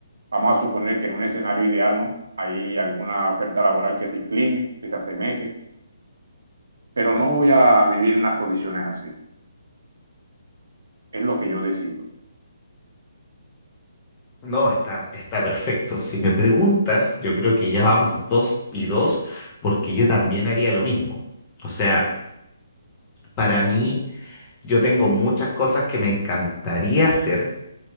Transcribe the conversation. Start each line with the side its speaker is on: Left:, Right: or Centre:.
Right: Vamos a suponer que en un escenario ideal, ¿no? Hay alguna oferta laboral que se incline, que se asemeje, pero no voy a vivir en unas condiciones así. Es lo que yo decido.
Left: No, está, está perfecto. Si me preguntas, yo creo que ya vamos dos y dos, porque yo también haría lo mismo. O sea, para mí, yo tengo muchas cosas que me encantaría hacer,